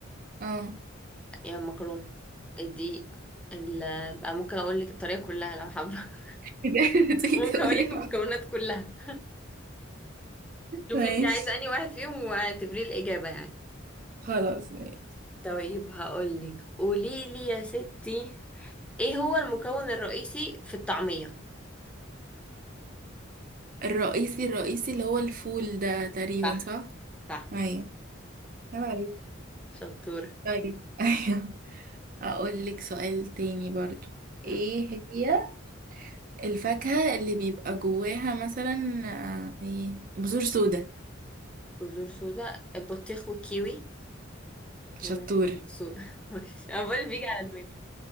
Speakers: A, on the right; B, in the centre.
A: اه
B: يا المكرونه الدقيق ال... بقى ممكن اقول لك الطريقه كلها لو حابه <laughs>
A: <laughs> تيجي
B: ممكن
A: تقولي
B: اقول لك المكونات كلها شوف
A: ماشي
B: انت عايزه انهي واحد فيهم واعتبريه الاجابه يعني
A: خلاص ماشي
B: طيب هقولك قوليلي يا ستي ايه هو المكون الرئيسي في الطعميه
A: الرئيسي الرئيسي اللي هو الفول ده تقريبا
B: صح
A: صح
B: صح
A: معايا عيب عليك
B: شطوره
A: طيب <laughs> ايوه اقول لك سؤال تاني برضو ايه
B: مم.
A: هي الفاكهة اللي بيبقى جواها مثلا آه، ايه بذور سودا
B: بذور سودا البطيخ والكيوي
A: شطورة
B: هو بذور سودا <laughs> ماشي. انا بقول بيجي على دماغي